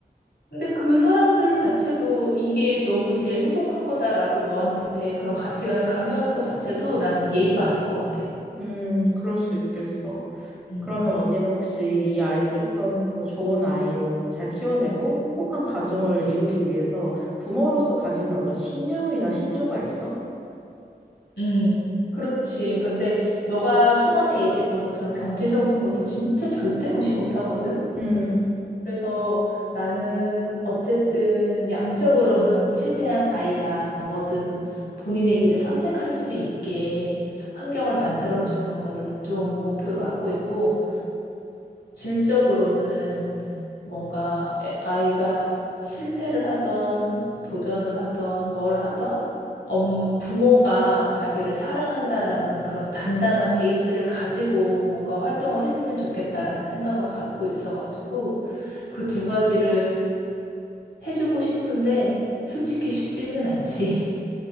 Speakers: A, on the left; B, in the centre.
A: 근데 그 사람들 자체도 이게 너무 제일 행복한 거다라고 너한테 그런 가치관을 강요하는 것 자체도 나는 예의가 아닌 것 같아.
B: 음, 그럴 수 있겠어.
A: 음.
B: 그러면 언니는 혹시 이 아이를 조금 더 좋은 아이로 잘 키워내고 행복한 가정을 이루기 위해서 부모로서 가지는 어떤 신념이나 신조가 있어?
A: 음, 그렇지. 근데 너가 초반에 얘기했던 것처럼 경제적인 것도 진짜 절대 무시 못 하거든.
B: 음
A: 그래서 나는 어쨌든 양적으로는 최대한 아이가 뭐든 본인의 길을 선택할 수 있게 환경을 만들어주는 거를 좀 목표로 하고 있고, 질적으로는 뭔가 애- 아이가 실패를 하던 도전을 하던 뭘 하던 엄, 부모가 자기를 사랑한다라는 그런 단단한 베이스를 가지고 뭔가 활동을 했으면 좋겠다라는 생각을 갖고 있어가지고 그 두 가지를 해주고 싶은데 솔직히 쉽지는 않지. <laughs>